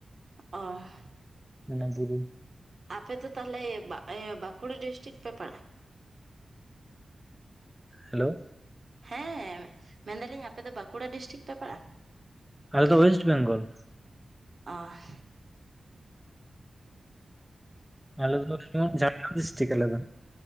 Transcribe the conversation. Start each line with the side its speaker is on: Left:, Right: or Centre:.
Right: ᱚᱦ
Centre: ᱚᱱᱟ ᱥᱩᱨᱩ᱾
Right: ᱟᱯᱮ ᱫᱚ ᱛᱟᱦᱚᱞᱮ ᱵᱟᱜ ᱵᱟᱸᱠᱩᱲᱟ ᱰᱤᱥᱴᱤᱠ ᱯᱮ ᱯᱟᱲᱟᱜ-ᱟ?
Centre: ᱦᱮᱞᱳ᱾
Right: ᱦᱮᱸ ᱢᱮᱱᱫᱟᱞᱤᱧ ᱟᱯᱮ ᱫᱚ ᱵᱟᱸᱠᱩᱲᱟ ᱰᱤᱥᱴᱤᱠ ᱯᱮ ᱯᱟᱲᱟᱜ-ᱟ᱾
Centre: ᱟᱞᱮ ᱫᱚ ᱚᱭᱮᱥᱴ ᱵᱮᱝᱜᱚᱞ᱾
Right: ᱚᱦ᱾
Centre: ᱟᱞᱮ ᱫᱚᱞᱮ ᱦᱩᱭᱩᱜ ᱠᱟᱱ ᱡᱷᱟᱲᱜᱨᱟᱢ ᱰᱤᱥᱴᱤᱠ ᱟᱞᱮ ᱫᱚ᱾